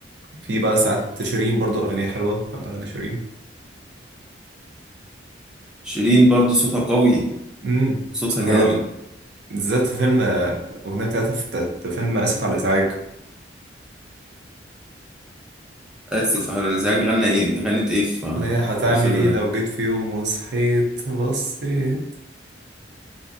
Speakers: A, on the right; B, in the centre.
A: في بقى ساعات شيرين برضو أغانيها حلوة بحب أغاني شيرين
B: شيرين برضه صوتها قوي
A: امم
B: صوتها
A: بس
B: جامد
A: حلوة بالذات في فيلم الأغنية بتاعتها في بتاعت فيلم آسف على الإزعاج
B: اسف على الازعاج غنى ايه غنت ايه في
A: اللي هي هتعمل
B: في الفيلم
A: ايه
B: ده
A: لو جيت في يوم وصحيت بصيت